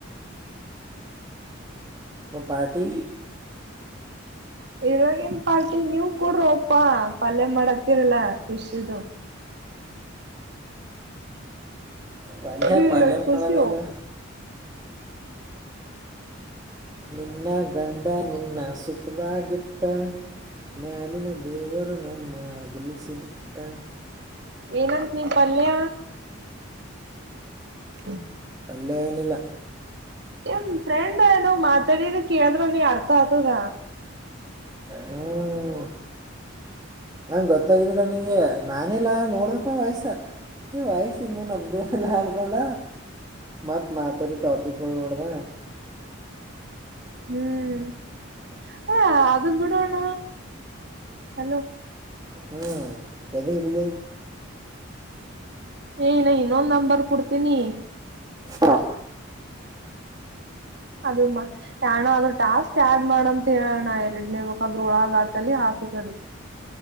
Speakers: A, on the right; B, on the right.
A: ಮ ಪಾರ್ಟಿ
B: ಇವಾಗಿನ್ ಪಾರ್ಟಿ ನೀವು ಕೂಡ್ರ ಅಪಾ ಪಲ್ಯ ಮಾಡತ್ತೀರಲ್ಲ ಿಶದು
A: ಪಲ್ಲೆ
B: ನೀವ್
A: ಪಲ್ಲೆ
B: ಎಡ್
A: ಮಳವೇನು
B: ಖುಷಿ
A: ನಿನ್ನ ಗಂಡ ನಿನ್ನ ಸುಖದಾಗಿಟ್ಟ ಮ ಅಲ್ಲಿಿನ ದೇವರು ನ ಗೆಲ್ಲಿಸಿ ಬಿಟ್ಟ
B: ಏನಂತ ನೀ ಪಲ್ಯ ಹ
A: ಲೇನಲಾ
B: ಏನ್ ಫ್ರೆಂಡ್ ನಾವ್ ಮಾತಾಡಿದ ಕೇಳಿದ್ರ ನೀ ಅರ್ಥ ಆತದ
A: ಹ್ಮ ಹಂಗ ಗೊತ್ತಾಗಿದ್ದೀರ ನಿಂಗೆ ನಾನೆಲ್ಲಾ ನೋಡ್ದಪ್ಪ ವಯ್ಸ ಏ ವಯ್ಸಂದು ನಮ್ದು ಎಲ್ಲ ಹಳ್ಕೊಂಡ ಮತ್ ಮಾತರಿ ಟಾಪಿಕ್ಗಳು ನೋಡ್ದ
B: ಹ್ಮ್ ಅ ಅದೆಂದೂಡಣ ಹಲೋ
A: ಹ್ಮ್ ಎದ ಹಡಿಿಲ್ಲ
B: ಏನ ಇನ್ನೊಂದ್ ನಂಬರ್ ಕೊಡ್ತೀನಿ
A: ಹಾ
B: ಅದು ಮಾ ಯಣ ಅ್ರ ಟಾಸ್ಕ್ ಆಡ್ ಮಾಡಂತ ಹೇಳೋಣ ಎರಡ್ನೇ ಮುಕ್ಾದ್ರರು ಒಳಗಾತಲ್ಲಿ ಕಾಿ ತಡೆ